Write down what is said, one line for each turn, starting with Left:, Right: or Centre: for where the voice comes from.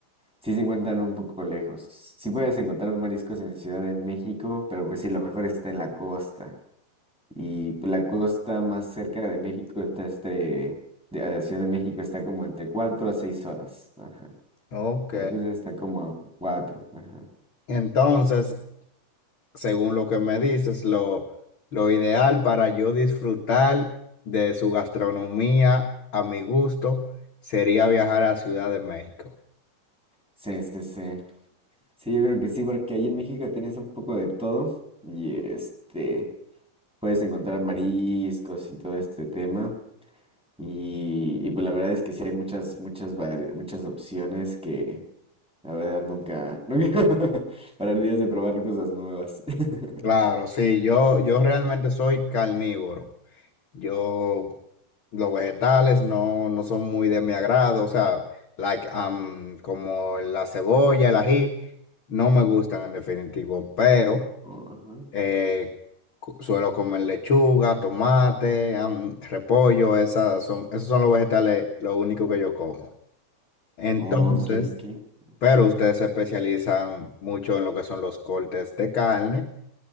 Centre: Sí se encuentran un poco lejos. Sí puedes encontrar mariscos en Ciudad de México, pero pues sí, lo mejor está en la costa. Y pues, la costa más cerca de México está entre, de a la Ciudad de México está como entre 4 a 6 horas. Ajá.
Left: Ok.
Centre: Veracruz está como a 4. Ajá.
Left: Entonces, según lo que me dices, lo, lo ideal para yo disfrutar de su gastronomía a mi gusto sería viajar a Ciudad de México.
Centre: Sí, sí, sí. Sí, yo creo que sí, porque ahí en México tienes un poco de todo y este, puedes encontrar mariscos y todo este tema. Y, y pues la verdad es que sí hay muchas, muchas, vari- muchas opciones que la verdad nunca, <laughs> nunca pararías de probar cosas nuevas. <laughs>
Left: Claro, sí, yo, yo
Centre: Sí.
Left: realmente soy carnívoro. Yo, los vegetales no, no son muy de mi agrado, o sea, like, um, como la cebolla, el ají, no me gustan en definitivo, pero...
Centre: Ajá.
Left: Eh, cu- suelo comer lechuga, tomate, am, repollo, esas son, esos son los vegetales, lo único que yo como. Entonces,
Centre: Ok, ok. ujú,
Left: pero ustedes se especializan mucho en lo que son los cortes de carne